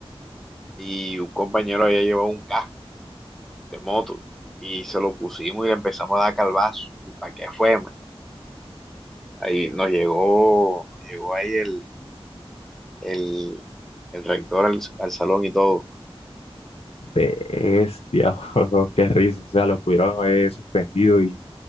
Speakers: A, in the centre; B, on the left.
A: y un compañero había llevado un casco de moto y se lo pusimos y le empezamos a dar calvazo. ¿Y para qué fue, man? Ahí nos llegó, nos llegó ahí el, el, el rector al, al salón y todo.
B: Bestia, <laughs> bro, qué risa. O sea, lo pudieron haber suspendido y,